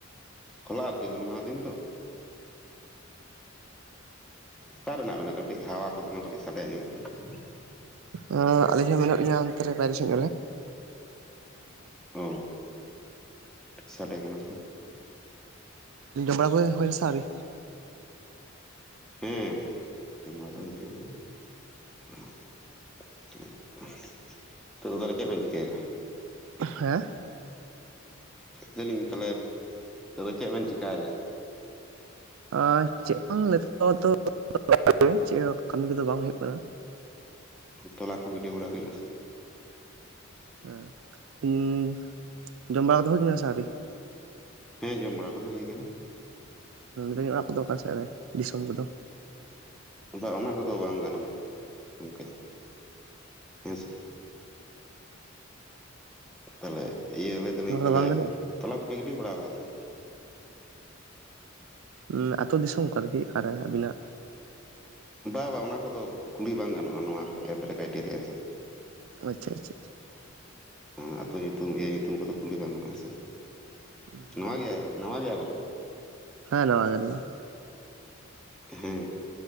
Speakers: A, in the centre; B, on the right.
A: ᱦᱚᱞᱟ ᱟᱨᱠᱤ ᱦᱩᱞ ᱢᱟᱦᱟ ᱫᱤᱱ ᱛᱚ ᱾ ᱚᱠᱟ ᱨᱮ ᱢᱮᱱᱟᱜ ᱵᱤᱱᱟ? ᱠᱟᱹᱴᱤᱡ ᱦᱟᱣᱟ ᱠᱚ ᱫᱚᱢᱮ ᱠᱟᱹᱴᱤᱡ ᱥᱟᱰᱮ ᱟᱡᱚᱢᱚᱜ ᱠᱟᱱᱟ ᱾
B: ᱚ ᱟᱞᱤᱧ ᱦᱚᱸ ᱢᱮᱱᱟᱜ ᱞᱤᱧᱟ ᱚᱱᱛᱮ ᱨᱮ, ᱵᱟᱭᱨᱮ ᱥᱮᱫ ᱨᱮ ᱾
A: ᱚ, ᱥᱟᱰᱮ ᱠᱟᱱᱟ ᱛᱚ ᱾
B: ᱡᱚᱢ ᱵᱟᱲᱟ ᱠᱚ ᱦᱩᱭ ᱦᱩᱭᱱᱟ ᱥᱮ ᱟᱹᱣᱨᱤ?
A: ᱦᱩᱸ, ᱡᱚᱢ ᱵᱟᱲᱟ ᱠᱚ ᱫᱚ ᱦᱩᱭ ᱠᱟᱱ ᱜᱮᱭᱟ ᱾ <unintelligible> <unintelligible> ᱛᱚ ᱛᱟᱦᱚᱞᱮ ᱪᱮᱫ ᱵᱮᱱ ᱪᱤᱠᱟᱹᱭᱮᱫᱼᱟ?
B: ᱦᱮᱸ᱾
A: ᱞᱟᱹᱭᱞᱤᱧ ᱛᱟᱦᱚᱞᱮ ᱛᱚ ᱪᱮᱫ ᱵᱮᱱ ᱪᱮᱠᱟᱭᱮᱫᱼᱟ?
B: ᱟᱨ ᱪᱮᱫ ᱱᱤᱛᱚᱜ ᱫᱚ <unintelligible> ᱪᱮᱫ ᱦᱚᱸ ᱠᱟᱹᱢᱤ ᱠᱚᱫᱚ ᱵᱟᱝ ᱦᱩᱭᱩᱜ ᱠᱟᱱᱟ ᱾
A: ᱛᱚᱞᱟ ᱠᱚ ᱜᱤᱰᱤ ᱵᱟᱲᱟ ᱦᱩᱭᱱᱟ ᱥᱮᱼᱼ
B: <unintelligible> ᱦᱮᱸ ᱡᱚᱢ ᱵᱟᱲᱟ ᱫᱚᱦᱚᱠᱤ <unintelligible> ᱥᱮ ᱟᱹᱣᱨᱤ?
A: ᱦᱮᱸ ᱡᱚᱢ ᱵᱟᱲᱟ ᱠᱚᱫᱚ ᱦᱩᱭ ᱟᱠᱟᱱᱟ ᱾
B: ᱟᱹᱧ <unintelligible> ᱚᱲᱟᱜ ᱠᱚᱫᱚ ᱚᱠᱟ ᱥᱮᱫ ᱨᱮ, ᱫᱤᱥᱚᱢ ᱠᱚᱫᱚ?
A: ᱵᱟ ᱚᱱᱟ ᱠᱚᱫᱚ ᱵᱟᱝ ᱜᱟᱱᱚᱜᱼᱟ ᱜᱚᱝᱠᱮ, ᱦᱮᱸᱥᱮ ᱾ ᱛᱚ ᱤᱭᱟᱹ ᱞᱟᱹᱭᱫᱟᱞᱤᱧ
B: ᱱᱚᱣᱟ ᱠᱚᱫᱚ
A: ᱛᱟᱦᱚᱞᱮ
B: ᱵᱟᱝ ᱜᱟᱱᱚᱜᱼᱟ
A: ᱛᱚᱞᱟ ᱠᱚᱯᱮ ᱜᱤᱰᱤ ᱵᱟᱲᱟ ᱟᱠᱟᱫᱟ ᱥᱮ?
B: ᱩᱸ ᱟᱛᱳ ᱫᱤᱥᱚᱢ ᱚᱠᱟᱠᱮ ᱚᱠᱟᱨᱮ <unintelligible> ᱟᱵᱤᱱᱟᱜ?
A: ᱵᱟᱝ ᱵᱟᱝ ᱚᱱᱟ ᱠᱚᱫᱚ ᱠᱩᱲᱤ ᱵᱟᱝ ᱜᱟᱱᱚᱜᱼᱟ, ᱱᱚᱣᱟ ᱮᱯ ᱨᱮ ᱠᱨᱟᱭᱴᱮᱨᱤᱭᱟ ᱦᱤᱥᱟᱹᱵᱽ ᱛᱮ ᱾
B: ᱟᱪᱪᱷᱟ ᱟᱪᱪᱷᱟ ᱾
A: ᱮᱸ ᱟᱛᱩ ᱧᱩᱛᱩᱢ, ᱤᱭᱟᱹ ᱧᱩᱛᱩᱢ ᱠᱚᱫᱚ ᱠᱩᱲᱤ ᱵᱟᱝ ᱜᱟᱱᱚᱜᱼᱟ ᱦᱮᱸᱥᱮ ᱾
B: ᱦᱩᱸ <unintelligible>
A: ᱱᱚᱣᱟ ᱜᱮᱭᱟ, ᱱᱟᱣᱟ ᱜᱮᱭᱟ ᱵᱮᱱ?
B: ᱦᱮᱸ ᱱᱟᱣᱟ ᱜᱮᱭᱟᱞᱤᱧ ᱾
A: ᱦᱮᱩᱸ